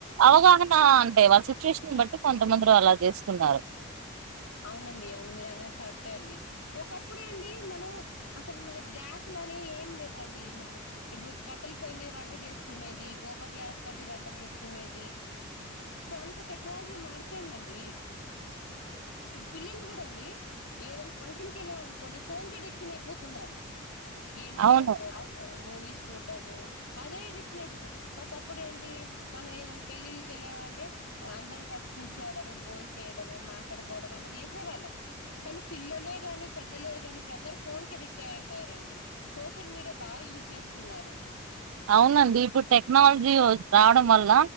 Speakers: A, on the right; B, on the left.
A: అవగాహన అంటే వచ్చి సిచువేషన్ బట్టి కొంతమంది అలా చేసుకుంటూ ఉన్నారు
B: అవునండి అవును మీరు అన్నది కరెక్టే అండి ఒకప్పుడే అండి మనం అసలు మన గ్యాస్లుని ఏం లేవండి ఇప్పుడు కట్టెల పొయ్యి మీద వంట చేసుకునేది గోబర్ గ్యాస్ తోటి వంట చేసుకునేది ఇప్పుడు అంత టెక్నాలజీ మారిపోయింది అండి పిల్లలు కూడా అండి ఏదైనా ఫంక్షన్ కి వెళ్ళామ అనుకోండి ఫోన్ కి అడిక్షన్ అయిపోతున్నారు గేమ్స్
A: అవును
B: ఆడుకోవడము మూవీస్ చూడ్డము అదే ఎడిక్షన్ అయిపోతుంది ఒకప్పుడు ఏంటి మనం ఏదనా పెళ్ళిళ్ళక వెళ్ళామంటే అందరం కలిసి కూర్చోడము భోన్ చేయడము మాట్లాడ అట్లా చేసేవాళ్ళం కానీ పిల్లలే కానీ పెద్దలే కానీ ఇప్పుడు అందరూ ఫోన్ ఎడిట్ డక్ట్ అయిపోయారండి సోషల్ మీడియా బాగా యూస్జ్ చేస్తున్నారు
A: అవునండి ఇప్పుడు టెక్నాలజీ వచి రావడం వల్ల